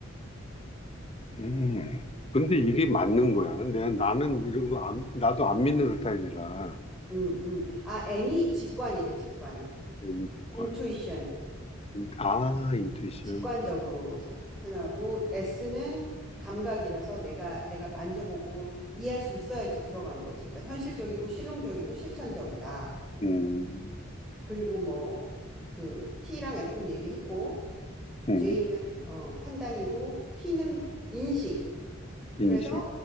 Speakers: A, on the left; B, in the centre.
A: 음 근데 이게 맞는 거야. 내가 나는 이런 거 안- 나도 안 믿는 스타일이라
B: 음 음. 아 N이 직관이래 직관.
A: 인식과
B: intuition.
A: 인- 아 인투이션
B: 직관적으로 사- 생각하고 S는 감각이라서 내가 내가 만져보고 이해할 수 있어야지 들어가는 거지. 그러니까 현실적이고 실용적이고 실천적이다.
A: 음,
B: 그리고 뭐 그 T랑 F는 얘기했고
A: 음
B: J는 어, 판단이고 P는 인식. 그래서
A: 인식